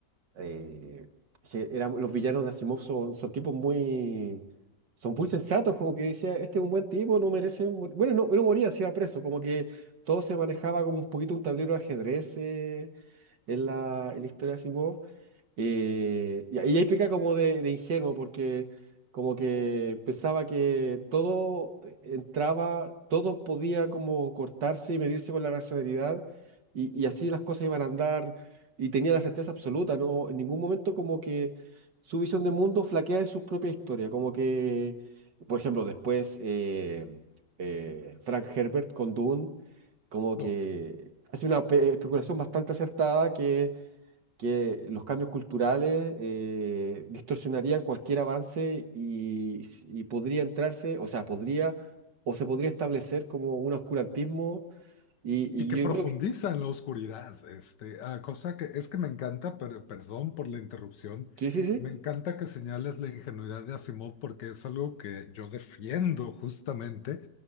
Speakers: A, on the right; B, on the left.
A: eh, que eran, los villanos de Asimov son, son tipos muy... Son muy sensatos, como que decía, este es un buen tipo, no merece... mor-". Bueno, no, no moría, se iba preso, como que todo se manejaba como un poquito un tablero de ajedrez eh, en la, en la historia de Asimov. Eh, y ahí ahí peca como de, de ingenuo, porque como que pensaba que todo entraba, todo podía como cortarse y medirse con la racionalidad, y, y así las cosas iban a andar, y tenía la certeza absoluta, ¿no? En ningún momento como que su visión de mundo flaquea en su propia historia, como que, por ejemplo, después eh, eh, Frank Herbert con Dune, como que
B: Uf.
A: hace una espe- especulación bastante acertada que los cambios culturales eh, distorsionarían cualquier avance y, y podría entrarse, o sea, podría o se podría establecer como un oscurantismo y, y
B: Y que profundiza
A: yo creo que
B: en la oscuridad, este, ah, cosa que es que me encanta, pero perdón por la interrupción,
A: sí, sí, sí.
B: me encanta que señales la ingenuidad de Asimov porque es algo que yo defiendo justamente